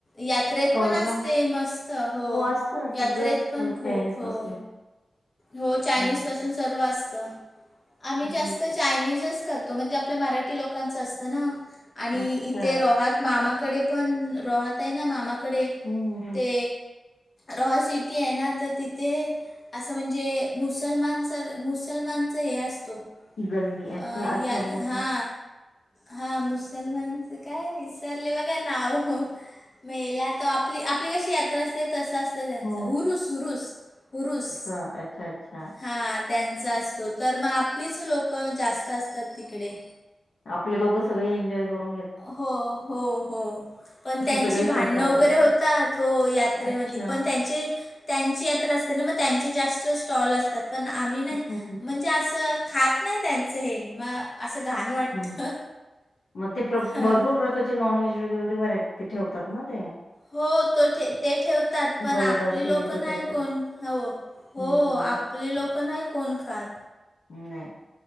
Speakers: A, on the left; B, on the left.
A: यात्रेत
B: स्टॉलला
A: पण असते मस्त हो
B: असतं ना, सगळं
A: यात्रेत
B: असतं
A: पण खूप
B: चायनीजपासून.
A: हो हो चायनीज
B: हं,
A: पासून सर्व असतं आम्ही
B: हं.
A: जास्त चायनीजच खातो म्हणजे आपल्या मराठी लोकांचं असतं ना आणि
B: अच्छा
A: इथे रोहात मामाकडे पण रहत आहे ना मामाकडे
B: हम्म हम्म
A: ते रह सिटी आहे ना तर तिथे असं म्हणजे मुसलमान सर मुसलमानचं हे असतो
B: हम्म. गल्ली अच्छा
A: अ या
B: अच्छा मोसम
A: हा हा मुसलमान काय विचारले बघा नाव मेळेला तर आपली आपली कशी यात्रा असते तसं असतं त्यांचं
B: हो
A: हुरुस हुरुस हुरुस
B: ह अ्छा अच्छा
A: हां त्यांचा असतो तर मग आपलीच लोकं जास्त असतात तिकडे
B: आपले लोक सगळे एन्जॉय करून घेतात
A: हो हो हो पण त्यांची
B: सगळे
A: भांडणं
B: सण साजरे
A: वगैरे
B: करतात
A: होत तो यात्रेमध्ये
B: अच्छा
A: पण त्यांचे त्यांची यात्र असते ना मग त्यांचे जास्त स्टॉल असतात पण आम्ही ना
B: हम्म हम्म
A: म्हणजे असं खात नाही त्यांचं हे मग असं घाण वाटतं
B: हम्म. मग ते
A: हं.
B: भरपूर प्रकारचे नॉन व्हेज वेग वग व्हरायटी ते ठेवतात ना ते
A: हो तो ठे ते ठेवतात पण
B: बैलाचं
A: आपली लोक
B: याचं त्याचं
A: नाही कोण हो हो
B: हम्म
A: आपली लोक नाही कोण खात
B: ह् नाही